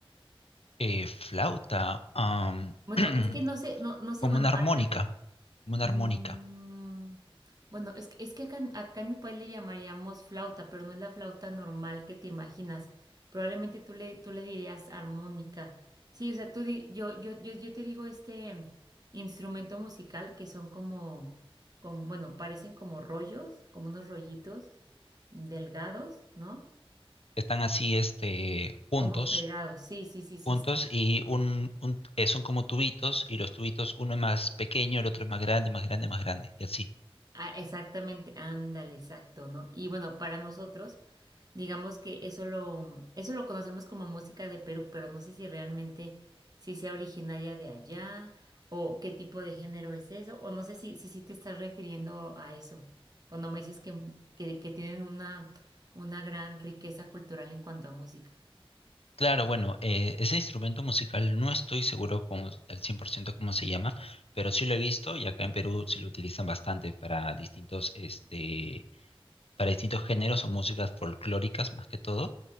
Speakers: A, on the left (about 80°); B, on the right (about 40°).
A: Eh, flauta, am,
B: Bueno,
A: <clears throat>
B: es que no sé, no, no sé,
A: como
B: bueno,
A: una armónica,
B: acá.
A: como una
B: Mm,
A: armónica.
B: bueno, es, que- es que acá, en acá en mi país le llamaríamos flauta, pero no es la flauta normal que te imaginas. Probablemente tú le, tú le dirías armónica. Sí, o sea, tú di- yo, yo, yo, yo te digo este instrumento musical que son como, como, bueno, parecen como rollos, como unos rollitos delgados, ¿no?
A: Están así, este, juntos,
B: Como pegados. Sí, sí, sí, sí,
A: juntos
B: sí.
A: y un, un- eh, son como tubitos y los tubitos, uno es más pequeño, el otro es más grande, más grande, más grande, y así.
B: Ah, exactamente, ándale, exacto, ¿no? Y bueno, para nosotros. Digamos que eso lo, eso lo conocemos como música de Perú, pero no sé si realmente si sea originaria de allá o qué tipo de género es eso, o no sé si, si, sí te estás refiriendo a eso, cuando me dices que, que, que tienen una, una gran riqueza cultural en cuanto a música.
A: Claro, bueno, eh, ese instrumento musical no estoy seguro como, al 100% cómo se llama, pero sí lo he visto y acá en Perú sí lo utilizan bastante para distintos, este, para distintos géneros o músicas folclóricas más que todo,